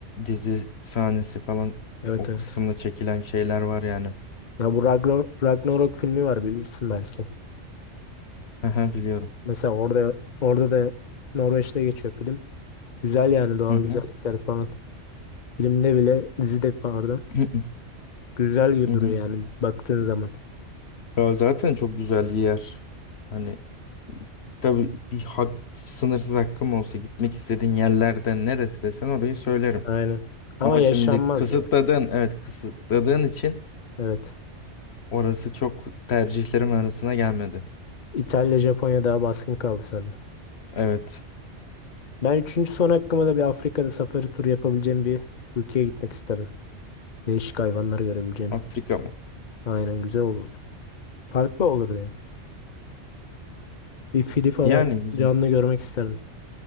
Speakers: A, on the left (about 65°); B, on the left (about 45°).
A: dizi sahnesi falan
B: Evet
A: o
B: evet.
A: kısımda çekilen şeyler var yani.
B: Ya bu Ragnar- Ragnarok filmi var bilirsin belki.
A: Hı hı, biliyorum.
B: Mesela orada orada da Norveç'te geçiyor film. Güzel yani doğal
A: Hı hı.
B: güzellikler falan. Filmde bile dizide pardon.
A: Hı hı.
B: Güzel
A: Hı hı.
B: duruyor yani baktığın zaman.
A: Ya zaten çok güzel bir yer. Hani tabii bir hak, sınırsız hakkım olsa gitmek istediğin yerlerden neresi desen orayı söylerim.
B: Aynen. Ama
A: Ama
B: yaşanmaz
A: şimdi kısıtladığın,
B: ya.
A: evet kısıtladığın için
B: Evet.
A: orası çok tercihlerim arasına gelmedi.
B: İtalya, Japonya daha baskın kaldı sende.
A: Evet.
B: Ben üçüncü son hakkıma da bir Afrika'da safari turu yapabileceğim bir ülkeye gitmek isterim. Değişik hayvanları görebileceğim.
A: Afrika mı?
B: Aynen güzel olurdu. Farklı olurdu yani. Bir fili falan
A: Yani güzel.
B: canlı görmek isterim.